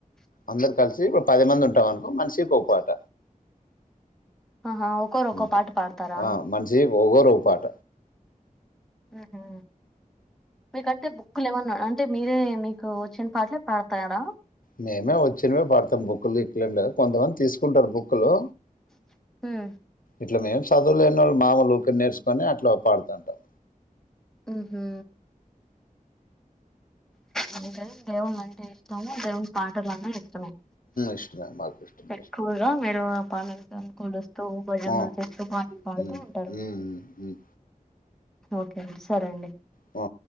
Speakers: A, on the left; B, in the centre.
A: అందరు కలిసి ఓ పది మంది ఉంటాం అనుకో మనిషి కో పాట
B: ఆహా ఒక్కోరు ఒక్కో
A: ఉ
B: పాట పాడతారా
A: ఆ మనిషి ఒగరు ఓ పాట
B: ఉహు మీ కంటె బు క్కులు ఏమన్నా అంటే మీరే మీకు వచ్చిన పాటలే పాడతారా
A: మేమే వచ్చినవి పాడతాం బుక్కులు గిక్కులు ఉండవు కొంతమంది తీసుకుంటారు బుక్లు
B: హ్మ్
A: ఇట్లా మేము చదువులేని వాళ్ళు మాములు ఊకే నేర్సుకోని అట్లా పాడుతాంటం
B: ఉహు అందుకని దేవుని అంటే ఇష్టమే దేవుని పాటలన్న ఇస్
A: ఇష్టమే మాకు ఇష్టమే
B: ఎక్కువగా మీరు పనైతే అనుకుండోస్ తో భజనలు
A: ఇష్టం
B: చేస్తూ పాటలు పాడుతూ
A: ఉమ్
B: ఉంటరు
A: ఉమ్ ఉమ్
B: ఓకే అండి సరే అండి
A: ఆ